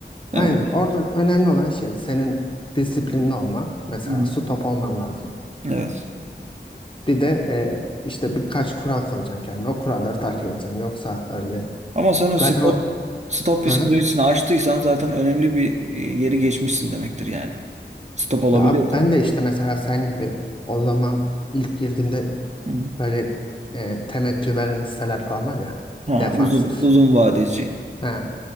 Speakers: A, on the right; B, on the left.
A: Öyle
B: aynen
A: bir
B: orada
A: şey.
B: önemli olan şey senin disiplinli olman. Mesela
A: Hı hı.
B: su top olman lazım.
A: Evet.
B: Bir de e, işte birkaç kural koyacaksın kendine. O kuralları takip edeceksin. Yoksa öyle
A: Ama sen o
B: zaten
A: stop,
B: o...
A: stop psikolojisini
B: Hı hı.
A: aştıysan zaten önemli bir e, yeri geçmişsin demektir yani. Stop olabiliyorsan.
B: Ya abi ben de işte mesela sen gibi o zaman ilk girdiğimde
A: Hı hı.
B: Böyle e, temettü veren hisseler falan var ya.
A: Ha,
B: Defansif.
A: uzun, uzun vadeci.
B: Ha,